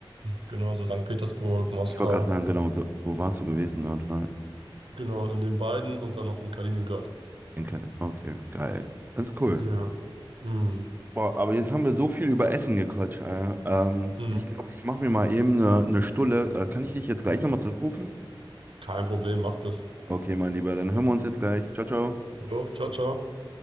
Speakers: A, on the right; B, on the right.
A: genau, so St. Petersburg, Moskau,
B: Ich wollte gerade sagen, genau, so, wo warst du gewesen? Na,
A: genau, in den beiden und dann noch in Kaliningrad.
B: In Kaliningrad. Okay, geil. Das ist cool.
A: Ja. Mm,
B: Boah, aber jetzt haben wir so viel über Essen gequatscht. Äh, ähm,
A: mm,
B: ich glaube, ich mache mir mal eben eine, eine Stulle. Äh, kann ich dich jetzt gleich nochmal zurückrufen?
A: Kein Problem, macht es.
B: Okay, mein Lieber, dann hören wir uns jetzt gleich. Ciao, ciao.
A: Jo, ciao, ciao.